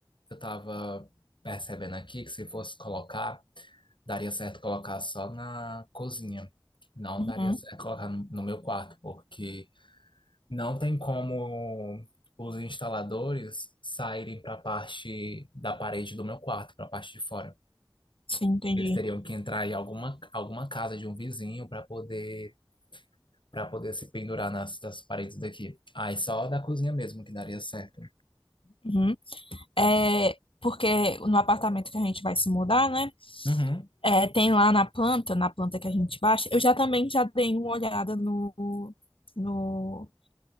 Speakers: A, on the left; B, on the left.
A: eu tava percebendo aqui que se fosse colocar, daria certo colocar só na cozinha. Não
B: Uhum,
A: daria certo colocar no no meu quarto, porque Não tem como os instaladores saírem para a parte da parede do meu quarto, para a parte de fora.
B: sim, entendi.
A: Eles teriam que entrar em alguma, alguma casa de um vizinho para poder para poder se pendurar nas, nas paredes daqui. Aí só da cozinha mesmo que daria certo.
B: Uhum. É, porque no apartamento que a gente vai se mudar, né?
A: Uhum,
B: É, tem lá na planta, na planta que a gente baixa, eu já também já dei uma olhada no, no